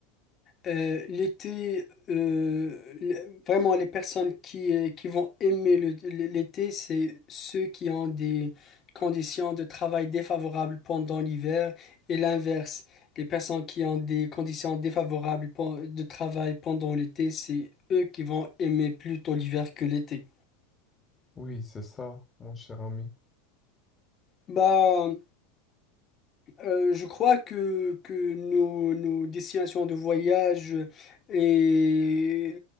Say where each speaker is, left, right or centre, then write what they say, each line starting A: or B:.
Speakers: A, on the left; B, on the left.
A: Euh, l'été, euh, le- vraiment les personnes qui, euh, qui vont aimer le- l'été, c'est ceux qui ont des conditions de travail défavorables pendant l'hiver et l'inverse. Les personnes qui ont des conditions défavorables pen- de travail pendant l'été, c'est eux qui vont aimer plutôt l'hiver que l'été.
B: Oui, c'est ça, mon cher ami.
A: Bah, Euh, je crois que, que nos, nos destinations de voyage euh, et